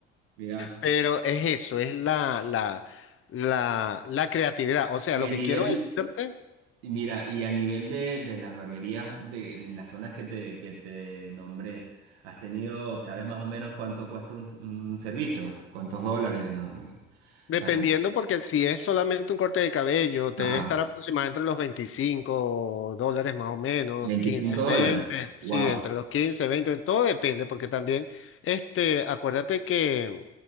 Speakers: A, on the right; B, on the left.
A: Mira.
B: Pero es eso, es la, la, la, la creatividad. O sea,
A: Y
B: lo
A: a
B: que
A: nivel,
B: quiero decirte.
A: Y Mira, y a nivel de, de las barberías de, en las zonas que te, que te nombré, ¿has tenido, sabes más o menos cuánto cuesta un, un servicio? ¿Cuántos dólares? No sé.
B: Dependiendo,
A: Ah,
B: porque si es solamente un corte de cabello, te
A: Ajá,
B: debe estar aproximadamente entre los 25 dólares más o menos,
A: 25
B: 15
A: dólares.
B: 20 sí,
A: Wow.
B: entre los 15 20 todo depende, porque también, este, acuérdate que,